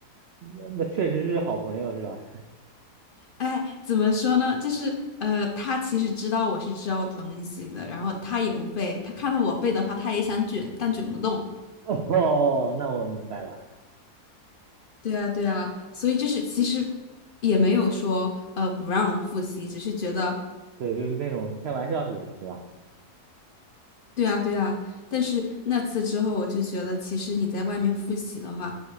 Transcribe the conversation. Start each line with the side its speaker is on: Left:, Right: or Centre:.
Right: 那那确实是好朋友是吧？
Left: 哎，怎么说呢？就是呃，他其实知道我是知道东西的，然后他也不背，他看到我背的话，他也想卷，但卷不动。
Right: <laughs> 哦，那我明白了，
Left: 对啊，对啊，所以就是其实也没有说呃不让我复习，只是觉得。
Right: 对，就是那种开玩笑似的，对吧？
Left: 对啊，对啊，但是那次之后，我就觉得其实你在外面复习的话，